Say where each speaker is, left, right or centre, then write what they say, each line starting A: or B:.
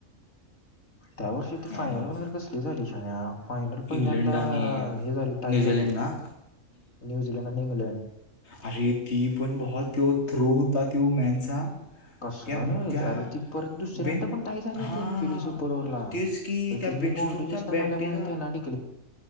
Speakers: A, on the left (about 70°); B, on the left (about 50°).
A: त्या वर्षी ती
B: ॲनोज
A: फायनल बघ बरं कसली झाली शान फायनल
B: इंग्लंड
A: पहिल्यांदा
B: आणि
A: हे झाली टाय
B: न्यूझीलंड
A: झाली
B: ना
A: न्यूझीलंड आणि इंग्लंड.
B: अरे ती पण भावा, त्यो थ्रो होता त्यो मॅनचा
A: कसला
B: त्या त्या
A: च अरे ती परत दुसऱ्यांदा
B: बेन
A: पण टाय झाली,
B: हां
A: ती ऍक्च्युली सुपर ओवरला
B: तेच की त्या
A: ती नी
B: बेनस्ट्रोकच्या
A: बॉंडरी जास्त
B: बॅटीला
A: मारल्या म्हणून त्यांन डीक